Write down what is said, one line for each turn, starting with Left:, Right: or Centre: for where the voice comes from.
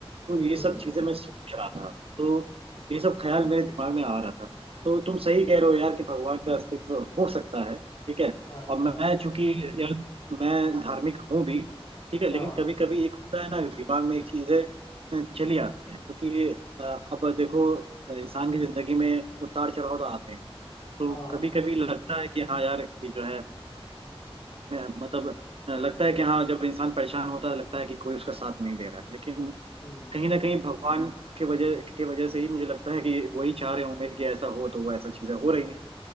Right: तो
Left: हम्म
Right: ये सब चीजें मैं सोच रहा था तो ये सब ख्याल मेरे दिमाग में आ रहा था तो तुम सही कह रहे हो यार कि भगवान का अस्तित्व हो सकता है ठीक है
Left: हाँ
Right: और
Left: हाँ
Right: मैं चूंकि यार मैं धार्मिक हूँ भी ठीक है लेकिन
Left: हाँ
Right: कभी कभी एक होता है ना दिमाग में एक चीजें चली आती हैं क्योंकि अ, अब देखो इंसान की जिंदगी में उतार चढ़ाव तो आते हैं तो
Left: हाँ
Right: कभी कभी लगता है कि हाँ यार कि जो है अ, मतलब अ, लगता है कि हाँ जब इंसान परेशान होता है लगता है कि कोई उसका साथ नहीं दे रहा है लेकिन
Left: हम्म
Right: कहीं ना कहीं भगवान के वजह के वजह से ही मुझे लगता है कि वही चाह रहे होंगे कि ऐसा हो तो वो ऐसा चीजें हो रही हैं